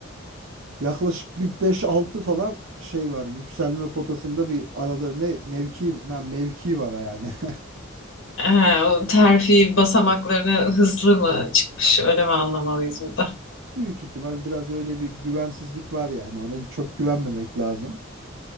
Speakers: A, on the right; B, on the left.
A: yaklaşık bir beş altı falan şey var. Yükselme potasında bir arada ne mevki ben mevki var yani. <laughs>
B: He, o terfi basamaklarını hızlı mı çıkmış öyle mi anlamalıyız burada?
A: Büyük ihtimal biraz öyle bir güvensizlik var yani. Ona çok güvenmemek lazım.